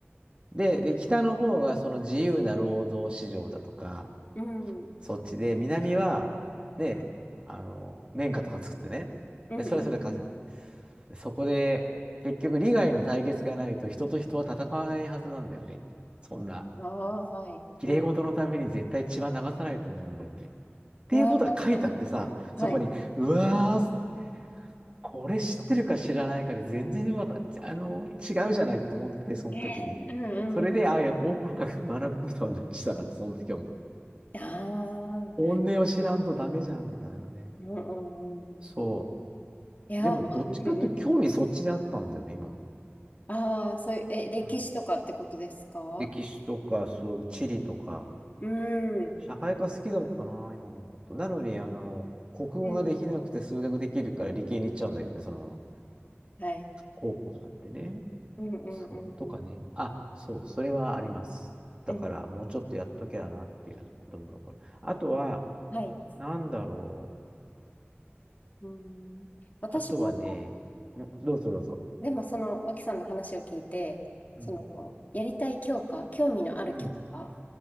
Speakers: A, on the right; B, on the left.
A: で、北の方がその自由な労働市場だとか、
B: うん。うん
A: そっちで、南は、ね、あの、綿花とか作ってね、
B: うんうん。
A: で、それはそれで稼ぐ。でそこで、結局利害の対決がないと人と人は戦わないはずなんだよね。そんな、
B: ああ、はい。
A: 綺麗事のために絶対血は流さないと思うんだよね。
B: うん。う
A: っていうことが書いてあってさ、
B: わ
A: そこに、
B: あ、はい。
A: うわーっつこれ知ってるか知らないかで全然わか、あの、違うじゃないと思って、その時に。
B: ええうんうん。
A: それで、あ、やっぱ奥深く学ぶことは大事だなと、その時は思う。
B: ああ、うん
A: 本音を知らんとダメじゃん、みたいなね。
B: うんうん。
A: そ
B: いや、
A: う。でも、どっちかというと、
B: うんうん。
A: 興味そっちにあったんだよね、今も。
B: ああ、そういう、え、歴史とかってことですか
A: うん歴史とか、そう、地理とか、
B: うん。
A: 社会科好きだったな、今思うと。なのに、あの、国語ができなくて数学できるから理系に行っちゃうんだけどね、
B: うん。
A: そのまま。
B: はい。
A: 高校になってね。
B: うんうんうん。
A: そう、とかね。あ、そう、それはあります。だから、
B: うん。
A: もうちょっとやっときゃなっていうのは子供の頃。あとは、
B: はい。
A: なんだろ
B: うん。私も、
A: う。あとはね、んどうぞどうぞ。
B: でもその、脇さんの話を聞いて、
A: うん、
B: その、やりたい教科、興味のある教科
A: うん、